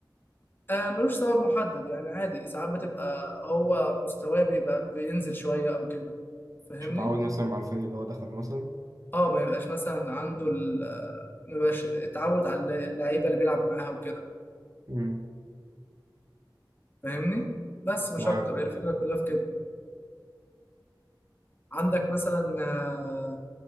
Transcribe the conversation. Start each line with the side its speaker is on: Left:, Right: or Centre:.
Left: آه ملوش سبب محدد يعني عادي ساعات بتبقى هو مستواه بيبقى بينزل شويه او كده فاهمني
Right: مش متعود مثلا مع الفريق اللي هو دخله مثلا
Left: اه ما يبقاش مثلا عنده ال ما يبقاش اتعود على اللعيبه اللي بيلعب معاها وكده
Right: مم.
Left: فاهمني بس مش
Right: معاك
Left: اكتر
Right: أهو.
Left: هي الفكره كلها في كده عندك مثلا آه،